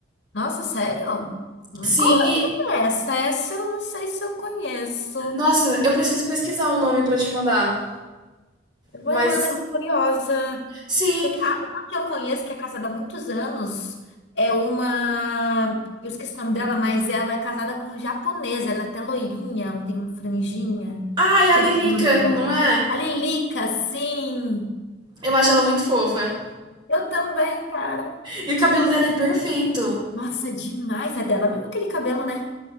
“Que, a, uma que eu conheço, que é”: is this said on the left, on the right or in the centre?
Left